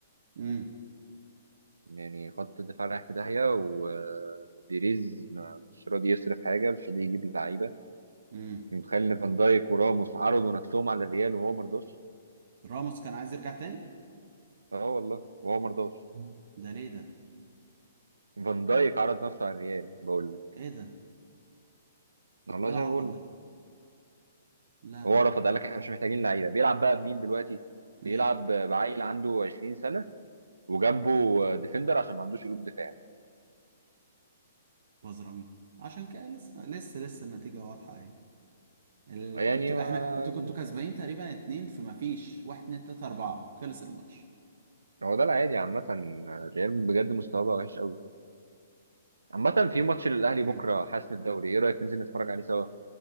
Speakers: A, on the right; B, on the right.
A: امم
B: يعني خط الدفاع رايح في داهيه وبيريز ما- مش راضي يصرف حاجه مش راضي يجيب لعيبه
A: امم
B: متخيل ان فان دايك وراموس عرضوا نفسهم على الريال وهو مرضاش
A: راموس كان عايز يرجع تاني
B: اه والله وهو مرضاش
A: مم. ده ليه ده
B: فان دايك عرض نفسه على الريال بقول لك
A: ايه ده
B: والله
A: ايه العبط
B: زي ما بقول
A: ده
B: لك
A: لا لا
B: هو رفض قال لك احنا مش محتاجين لعيبه بيلعب بقى بمين دلوقتي
A: مين
B: بيلعب بعيل عنده 20 سنه وجنبه ديفندر عشان ما عندوش قلوب دفاع
A: بزرامين عشان كده لسه لسه لسه النتيجة واضحة اهي. ال...
B: يعني
A: انتوا
B: آه،
A: احنا انتوا كنتوا كسبانين تقريبا اتنين فما فيش واحد اتنين تلاتة اربعة خلص الماتش
B: هو ده العادي عامة الريال بجد مستواه بقى وحش قوي عامة في ماتش للأهلي
A: امم
B: بكرة حسم الدوري ايه رأيك ننزل نتفرج عليه سوا